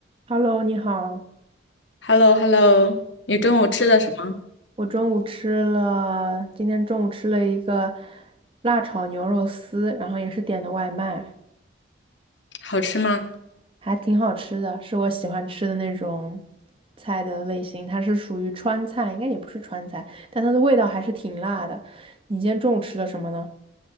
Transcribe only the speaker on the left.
h e l l o h e l l o 你中午吃的什么？
好吃吗？